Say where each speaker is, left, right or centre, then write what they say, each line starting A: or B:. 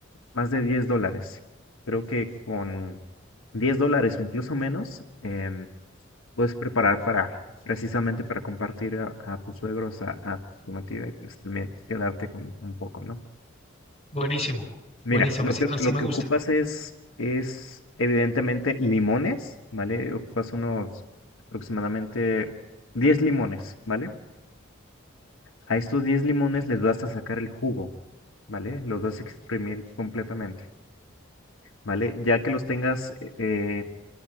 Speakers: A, on the left; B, on the left.
A: más de 10 dólares. Creo que con 10 dólares o incluso menos, em, puedes preparar para, precisamente para compartir a, a tus suegros, a, a tu matida y pues también quedarte con un poco, ¿no?
B: Buenísimo,
A: Mira,
B: buenísimo,
A: lo
B: así
A: que,
B: así
A: lo
B: me
A: que
B: gusta.
A: ocupas es, es evidentemente limones, ¿vale? Ocupas unos aproximadamente 10 limones, ¿vale? A estos 10 limones les vas a sacar el jugo, ¿vale? Los vas a exprimir completamente, ¿vale? Ya que los tengas eh, eh,